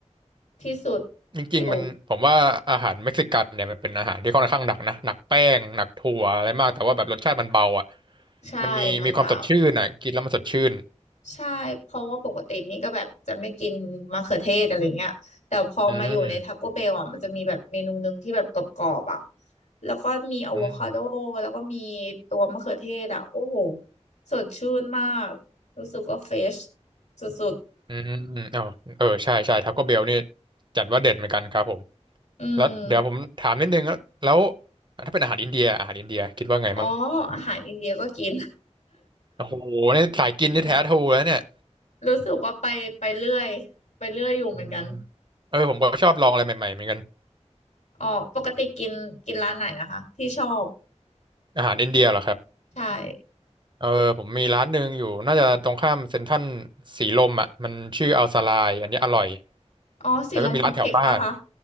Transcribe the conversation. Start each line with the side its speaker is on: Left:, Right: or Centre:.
Left: ที่สุด
Right: จริงๆมันผมว่าอาหารเม็กซิกันเนี่ยมันเป็นอาหารที่ค่อนข้างหนักนะหนักแป้งหนักถั่วอะไรมากแต่ว่าแบบรสชาติมันเบาอ่ะ
Left: อยู่ใช่มันเบา
Right: มันมีมีความสดชื่นอ่ะกินแล้วมันสดชื่น
Left: ใช่เพราะว่าปกตินี่ก็แบบจะไม่กินมะเขือเทศอะไรเงี้ยแต่พอมาอยู่ในท
Right: อืม
Left: a c โกเบลอ่ะมันจะมีแบบเมนูหนึ่งที่แบบกรอบๆอ่ะแล้วก็มีอะโวคาโดแล้วก็มี
Right: อืม
Left: ตัวมะเขือเทศอ่ะโอ้โหสดชื่นมากรู้สึกว่าเฟชสุด
Right: อืมอ้าวเออใช่ใช่ทาโก้เบลนี่จัดว่าเด็ดเหมือนกันครับผม
Left: ๆอืม
Right: แล้วเดี๋ยวผมถามนิดนึงแล้วแล้วถ้าเป็นอาหารอินเดียอาหารอินเดียคิดว่าไงมั่ง
Left: อ๋ออาหารอินเดียก็กิน
Right: โอ้โหนี่สายกินนี่แท้ทรูแล้วเนี่ย
Left: <laughs> รู้สึกว่าไปไปเรื่อยไปเรื่อยอยู่เหมือนกัน
Right: อืมเออผมก็ชอบลองอะไรใหม่ๆเหมือนกัน
Left: อ๋อปกติกินกินร้านไหนนะคะที่ชอบ
Right: อาหารอินเดียเหรอครับ
Left: ใช่
Right: เออผมมีร้านหนึ่งอยู่น่าจะตรงข้ามเซ็นทรัลสีลมอ่ะมันชื่ออัลซาลายอันนี้อร่อย
Left: อ๋อสีลมคอมเพล็กซ์ป่ะคะ
Right: แล้วก็มีร้านแถวบ้าน